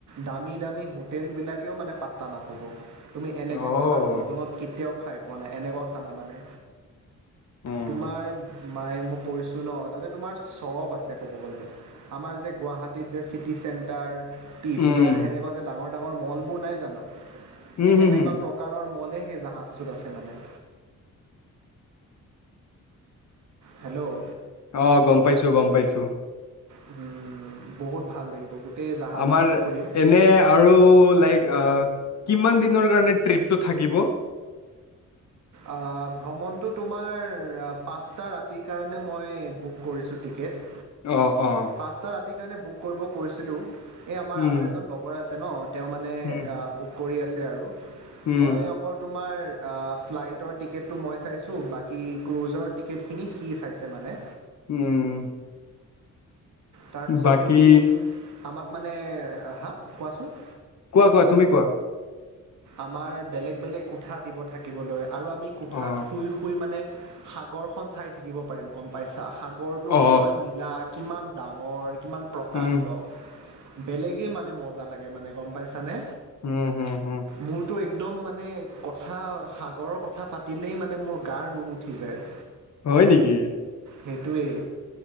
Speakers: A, on the right; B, on the left.
A: দামী দামী হোটেলবিলাকেও মানে পাত্তা নাপাব। তুমি এনেকুৱা
B: অ',
A: খানা জীৱনত কেতিয়াও, খাই পোৱা নাই, এনেকুৱা খানা মানে।
B: উম,
A: তোমাৰ মায়ে মই কৈছো ন' তাতে তোমাৰ স'ব আছে ক'ব গ'লে। আমাৰ যে গুৱাহাটীত যে city centre, P
B: um,
A: V R, সেনেকুৱা যে ডাঙৰ ডাঙৰ মলবোৰ নাই জানো?
B: উম,
A: সেই
B: হুম,
A: সেনেকুৱা
B: হুম,
A: প্ৰকাৰৰ মলেই সেই জাহাজটোত আছে মানে। হেল্ল'
B: অ' গ'ম পাইছো গ'ম পাইছো।
A: উম, বহুত ভাল লাগিব, গোটেই জাহাজখন
B: আমাৰ
A: ফুৰিম।
B: এনে আৰু লাইক কিমান দিনৰ কাৰণে ট্টিপটো থাকিব?
A: আ ভ্ৰমণটো তোমাৰ পাঁচটা ৰাতিৰ কাৰণে মই বুক কৰিছোঁ টি কেট।
B: অ' অ।
A: পাঁচটা ৰাতিৰ কাৰণে বুক কৰিব কৈছিলোঁ, এই আমাৰ
B: উম
A: আৰু এজন লগৰ আছে ন'। তেওঁ মানে আ
B: উম
A: বুক কৰি আছে আৰু।
B: উম
A: মই অকল তোমাৰ আ ফ্লাইট টৰ টিকেটটো মই চাইছোঁ। বাকী ক্ৰুজৰ টিকেটখিনি সি চাইছে মানে।
B: উম।
A: তাৰপিছত
B: বাকী
A: তুমি আমাক মানে, হা কোৱাচোন?
B: কোৱা কোৱা তুমি কোৱা?
A: আমাৰ বেলেগ বেলেগ কোঠা দিব থাকিবলৈ আৰু আমি কোঠাত
B: অ
A: শুই মানে, সাগৰ খন চাই থাকিব পাৰিম গ'ম পাইছা। সাগৰটো
B: অ
A: কেনেকুৱা নীলা কিমান ডাঙৰ, কিমান প্ৰকাণ্ড।
B: উম
A: বেলেগেই মানে মজা লাগে মানে, গ'ম পাইছানে?
B: উম, হুম হুম।
A: মোৰতো একদম মানে, কথা সাগৰৰ কথা পাতিলেই মানে মোৰ গাৰ নোম উঠি যায়।
B: হয় নেকি?
A: সেইটোৱে।